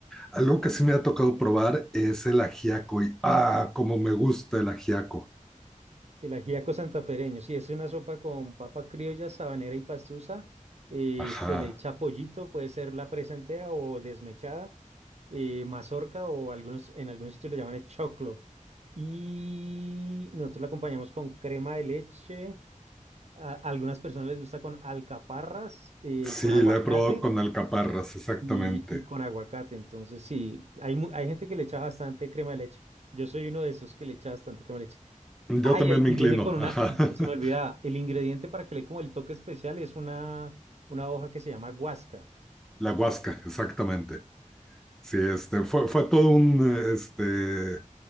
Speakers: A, in the centre; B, on the right.
A: algo que sí me ha tocado probar es el ajiaco. Y ah, como me gusta el ajiaco.
B: El ajiaco santafereño, sí, es una sopa con papa criolla, sabanera y pastusa. eh,
A: Ajá.
B: se le echa pollito, puede ser la presa entera o desmechada, eh, mazorca o algunos, en algunos sitios lo llaman es choclo. Y nosotros la acompañamos con crema de leche. A, a algunas personas les gusta con alcaparras, eh,
A: Sí,
B: con aguacate
A: la he probado con alcaparras, exactamente.
B: y, y con aguacate. Entonces, sí, hay, mu- hay gente que le echa bastante crema de leche. Yo soy uno de esos que le echa bastante crema de leche.
A: Yo
B: Ay,
A: también
B: ay,
A: me
B: y
A: inclino.
B: viene con una,
A: Ajá. <laughs>
B: se me olvidaba, el ingrediente para que le dé como el toque especial es una, una hoja que se llama guasca.
A: La huasca, exactamente. Sí, este, fue, fue todo un, eh, este,